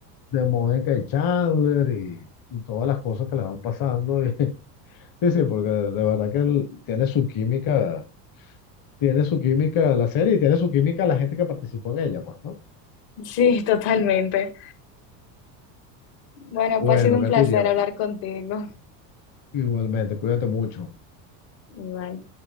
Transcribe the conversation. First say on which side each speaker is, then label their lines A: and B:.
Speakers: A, on the left (about 45°); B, on the left (about 60°).
A: de Mónica y Chandler y, y todas las cosas que le van pasando. y- <laughs> sí, sí, porque de verdad que él tiene su química, tiene su química la serie y tiene su química la gente que participó en ella, pues, ¿no?
B: Sí, totalmente. Bueno,
A: Bueno,
B: pues ha sido un
A: Katiria,
B: placer hablar contigo.
A: igualmente, cuídate mucho.
B: Igual.